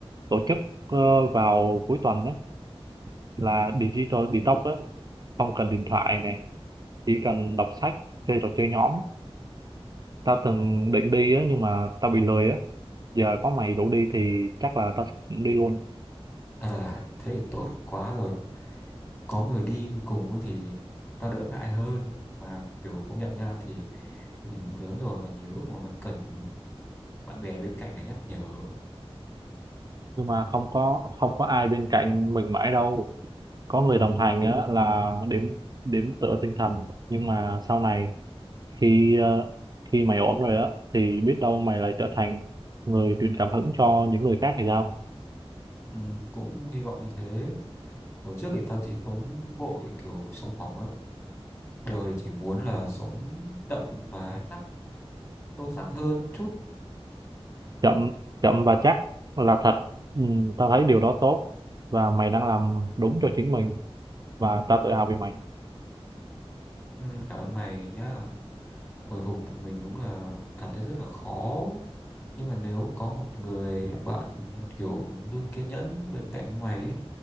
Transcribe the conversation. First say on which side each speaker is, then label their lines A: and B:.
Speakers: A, on the right (about 40°); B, on the left (about 25°).
A: tổ chức ờ, vào cuối tuần đấy là digital detox á không cần điện thoại nè chỉ cần đọc sách chơi trò chơi nhóm tao từng định đi á nhưng mà tao bị lười á giờ có mày rủ đi thì chắc là tao sẽ đi luôn
B: Thật là thế thì tốt quá rồi. Có người đi cùng ấy thì tao đỡ ngại hơn. Mà kiểu công nhận nha thì mình lớn rồi mà nhiều lúc mà mình cần bạn bè bên cạnh để nhắc nhở.
A: nhưng mà không có không có ai bên cạnh mình mãi đâu có người đồng hành á là đếm đếm tựa tinh thần nhưng mà sau này khi ờ, khi mày ổn rồi á thì biết đâu mày lại trở thành người truyền cảm hứng cho những người khác thì sao
B: Ừ, cũng hy vọng như thế. Hồi trước thì tao chỉ sống vội kiểu sống mỏng lắm. Giờ thì chỉ muốn là sống đậm mà chắc sâu sắc hơn chút
A: chậm chậm và chắc là thật ừ, tao thấy điều đó tốt và mày đang làm đúng cho chính mình và tao tự hào vì mày
B: Ừ, cảm ơn mày nhá. Hồi phục một mình đúng là cảm thấy rất là khó. Nhưng mà nếu có một người bạn kiểu luôn kiên nhẫn bên cạnh như mày ấy,